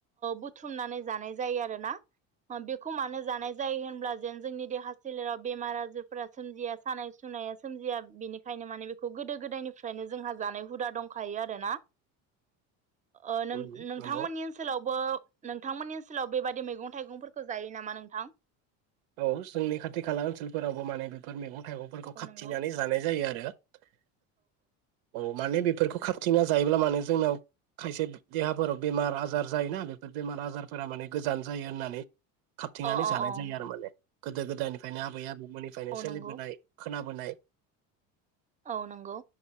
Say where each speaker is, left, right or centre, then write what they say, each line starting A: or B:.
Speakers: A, on the right; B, on the right.
A: बुथुमनानै जानाय जायो आरोना। बेखौ मानो जानाय जायो होनब्ला जेन जोंनि देहा सोलेराव बेमार आजारफोरा सोमजिया सानाय सुनाया सोमजिया बेनिखायनो माने बेखौ गोदो गोदायनिफ्रायनो जोंहा जानाय हुदा दं। खायो आरोना। ओ नों-नोंथांमोननि
B: उम नंगौ
A: ओनसोलावबो नोंथांमोननि ओनसोलाव बेबादि मैगं थाइगंफोरखौ जायो नामा नोंथां?
B: औ जोंनि खाथि खाला ओनसोलफोरावबो माने बेफोर मैगं मैगंफोरखौ
A: औ
B: खाबथिंनानै
A: नंगौ
B: जानाय जायो आरो औ माने बेफोर बेफोरखौ खाबथिंना जायोब्ला माने जोंनाव खायसे देहाफोराव बेमार आजार जायोना बेफोर बेमार आजारफोरा माने गोजान जायो होननानै खाबथिंनानै
A: अ अ
B: जानाय
A: अ
B: जायो आरो। गोदो गोदायनिफ्रायनो आबै आबौ निफ्रायनो
A: औ
B: सोलिबोनाय
A: नंगौ
B: खोनाबोनाय।
A: औ नंगौ।